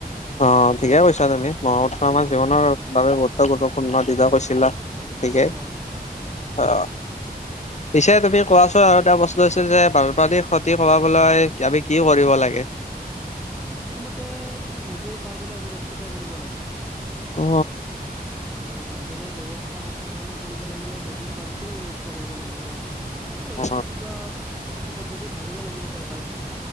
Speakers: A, on the left (about 45°); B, in the centre.
A: অ ঠিকে কৈছা তুমি, ব্ৰহ্মপুত্ৰ আমাৰ
B: উম।
A: জীৱনৰ বাবে বহুত গুৰুত্বপূৰ্ণ তেতিয়া কৈছিলা ঠিকে,
B: হয়।
A: অ। পিছে তুমি কোৱাচোন আৰু এটা প্ৰশ্ন হৈছিল যে বানপানীৰ ক্ষতি কমাবলৈ আমি কি কৰিব লাগে?
B: মোৰ মতে নদীৰ পাৰ বিলাক সুৰক্ষিত কৰিব লাগে
A: অ
B: আৰু বানটেনৰ ব্যৱস্থা শক্তিশালী কৰিব লাগিলে নদীৰ পাৰত তে সুৰক্ষা কৰিব লাগিব আৰু বেলেগ
A: অ
B: কিবা পদ্ধতি ভাবিব লাগিব চৰকাৰে